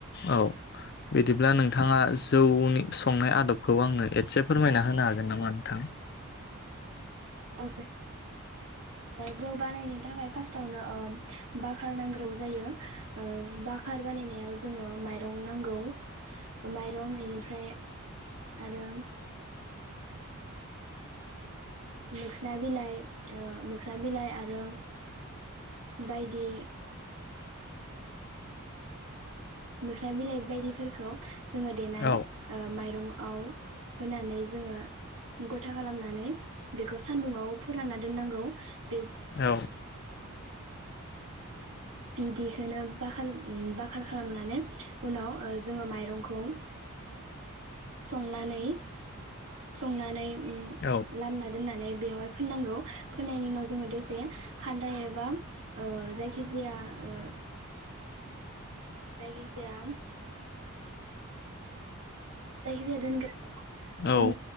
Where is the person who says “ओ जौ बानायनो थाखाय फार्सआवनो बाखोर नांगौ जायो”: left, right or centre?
Right